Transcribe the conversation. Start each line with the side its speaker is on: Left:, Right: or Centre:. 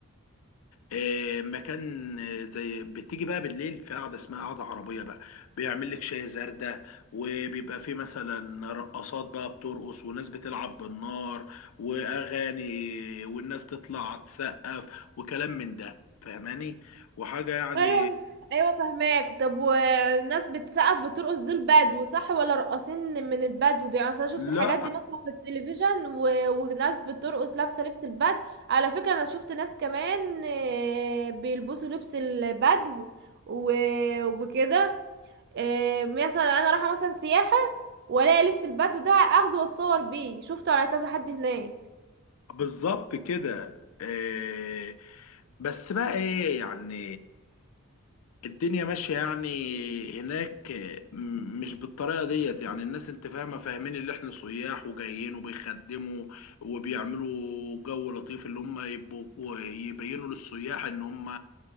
Left: آه، مكان آه، زي بتيجي بقى بالليل في قعده اسمها قعده عربيه بقى بيعمل لك شاي زردة وبيبقى في مثلا رقصات بقى بترقص وناس بتلعب بالنار واغاني والناس تطلع تسقف وكلام من ده فاهماني وحاجه يعني
Right: ايوه ايوه فهماك طب والناس بتسقف بترقص دول بدو صح ولا راقصين من البدو يعني أصل انا شفت
Left: لا
Right: الحاجات دي مثلا في التلفزيون و... وناس بترقص لابسه لبس البدو على فكره انا شفت ناس كمان آه، بيلبسوا لبس البدو و... وكده آه، مثلا انا رايحه مثلا سياحه والاقي لبس البدو ده اخده واتصور بيه شفته على كذا حد هناك
Left: بالظبط كده آه، بس بقى ايه يعني الدنيا ماشية يعني هناك م- مش بالطريقة ديت يعني الناس انت فاهمة فاهمين اللي احنا سياح وجايين وبيخدموا وبيعملوا جو لطيف اللي هم يبقوا يبينوا للسياح ان هم